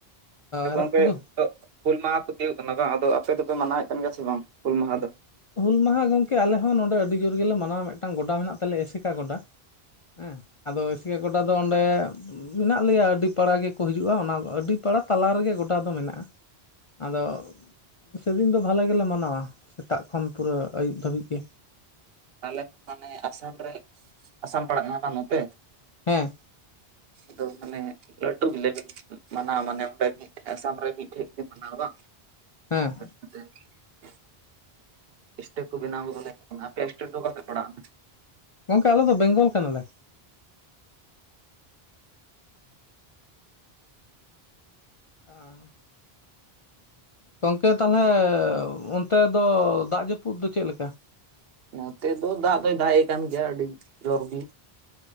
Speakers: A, on the right (about 70°); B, on the left (about 45°).
A: ᱟᱪᱪᱷᱟ
B: ᱮᱨᱚᱜ
A: ᱜᱚᱝᱠᱮ?
B: ᱠᱚᱫᱚ
A: ᱛᱚ ᱦᱩᱞ ᱢᱟᱦᱟ ᱠᱚ ᱛᱤᱭᱳᱜᱚᱜ ᱠᱟᱱᱟ ᱵᱟᱝ, ᱟᱫᱚ ᱟᱯᱮ ᱫᱚᱯᱮ ᱢᱟᱱᱟᱣᱭᱮᱜ ᱠᱟᱱ ᱜᱮᱭᱟ ᱥᱮ ᱵᱟᱝ, ᱦᱩᱞ ᱢᱟᱦᱟ ᱫᱚ?
B: ᱦᱩᱞ ᱢᱟᱦᱟ ᱜᱚᱝᱠᱮ ᱟᱞᱮ ᱦᱚᱸ ᱱᱚᱰᱮ ᱟᱹᱰᱤ ᱡᱳᱨ ᱜᱮᱞᱮ ᱢᱟᱱᱟᱣᱟ᱾ ᱢᱤᱫ ᱴᱟᱝ ᱜᱚᱰᱟ ᱢᱮᱱᱟᱜ ᱛᱟᱞᱮᱭᱟ ᱮᱥᱮᱠᱟ ᱜᱚᱰᱟ᱾ ᱦᱮᱸ ᱟᱫᱚ ᱮᱥᱮᱠᱟ ᱜᱚᱰᱟ ᱫᱚ ᱚᱸᱰᱮ ᱢᱮᱱᱟᱜ ᱞᱮᱭᱟ ᱟᱹᱰᱤ ᱯᱟᱲᱟ ᱜᱮᱠᱚ ᱦᱤᱡᱩᱜᱼᱟ᱾ ᱚᱱᱟ ᱟᱹᱰᱤ ᱯᱟᱲᱟ ᱛᱟᱞᱟ ᱨᱮᱜᱮ ᱜᱚᱰᱟ ᱫᱚ ᱢᱮᱱᱟᱜᱼᱟ᱾ ᱟᱫᱚ ᱥᱮᱫᱤᱱ ᱫᱚ ᱵᱷᱟᱞᱮ ᱜᱮᱞᱮ ᱢᱟᱱᱟᱣᱟ᱾ ᱥᱮᱛᱟᱜ ᱠᱷᱚᱱ ᱯᱩᱨᱟᱹ ᱟᱹᱭᱩᱵ ᱫᱷᱟᱹᱵᱤᱡ ᱜᱮ᱾
A: ᱟᱞᱮ ᱦᱚᱸ ᱢᱟᱱᱮ ᱟᱥᱟᱢ ᱨᱮ ᱟᱥᱟᱢ ᱯᱟᱲᱟᱜ ᱠᱟᱱᱟ ᱵᱟᱝ ᱱᱚᱛᱮ
B: ᱦᱮᱸ
A: ᱟᱫᱚ ᱢᱟᱱᱮ ᱞᱟᱹᱴᱩ ᱵᱤᱞᱮᱵ ᱜᱮ ᱢᱟᱱᱟᱣ ᱢᱟᱱᱮ ᱚᱸᱰᱮ ᱢᱤᱫ ᱴᱷᱮᱡ ᱟᱥᱟᱢ ᱨᱮ ᱢᱤᱫ ᱴᱷᱮᱡ ᱜᱮ ᱢᱟᱱᱟᱣᱟ ᱫᱟ
B: ᱦᱮᱸ
A: <unintelligible> ᱥᱴᱮᱠ ᱠᱚ ᱵᱮᱱᱟᱣ ᱠᱚᱫᱚᱞᱮ ᱠᱟᱱᱟ ᱟᱯᱮᱭᱟᱜ ᱥᱴᱮᱠ ᱫᱚ ᱚᱠᱟᱯᱮ ᱯᱟᱲᱟᱜ-ᱟ
B: ᱜᱚᱝᱠᱮ ᱟᱞᱮᱫᱚ ᱵᱮᱝᱜᱚᱞ ᱠᱟᱱᱟᱞᱮ᱾ ᱟᱨ ᱜᱚᱝᱠᱮ ᱛᱟᱦᱚᱞᱮ ᱚᱱᱛᱮ ᱫᱚ ᱫᱟᱜ ᱡᱟᱹᱯᱩᱫ ᱫᱚ ᱪᱮᱫ ᱞᱮᱠᱟ?
A: ᱱᱚᱛᱮ ᱫᱚ ᱫᱟᱜ ᱫᱚᱭ ᱫᱟᱜ ᱮ ᱠᱟᱱ ᱜᱮᱭᱟ ᱟᱹᱰᱤ ᱡᱳᱨ ᱜᱮ᱾